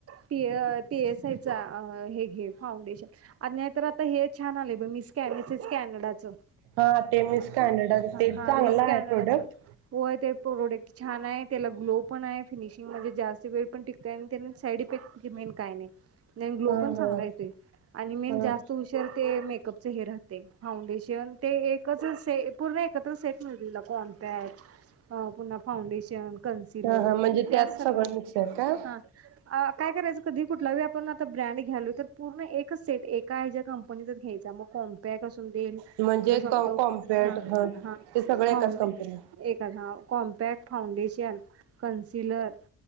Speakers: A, on the right; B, on the right.
A: पी ए पी ए सा चा हे घे फाउंडेशन नाहीतर आता हे छान आले ब मीसकॅनचा मिसकॅनडाचा
B: हा ते मिस कॅनडा ते
A: हा
B: चांगलं
A: मिस कॅनडाचं
B: आहे प्रोडक्ट
A: होय ते प्रोडक्ट छान आहे, त्याला ग्लो पण आहे, फिनिशिंग मधे जास्त वेळ पण टिकतय आणि त्यानी साइड इफेक्ट मेन काय नाही. नाही ग्लो
B: हा
A: पण चांगला
B: हा.
A: येतोय आणि मेन
B: हा
A: जास्त उशर ते मेक कप च हे राहतय फाऊंडेश जेवन ते एकच से पूर्ण एकत्र सेट मिळतोय कॉमपॅट अ पुन्हा फाउंडेशन कन्सिलर
B: हा हा म्हणजे
A: तेन त्याच
B: त्यात
A: सगळं
B: मिक्स आहे का?
A: हा आ काय करायचं? कधी कुठलाही वी आपण आता ब्रँड घ्यालोय तर पूर्ण एकच सेट एक काय ज्या कंपनीचाच घ्यायचा मग कॉम्पॅक असून देईल तुला
B: म्हणजे
A: सांगतो
B: कॉम्पॅट
A: हा हा
B: ते सगळं एकाच
A: फाउंडेश
B: कंपनी
A: एकचा कॉम्पॅक्ट फाउंडेश कॅन कन्सिलर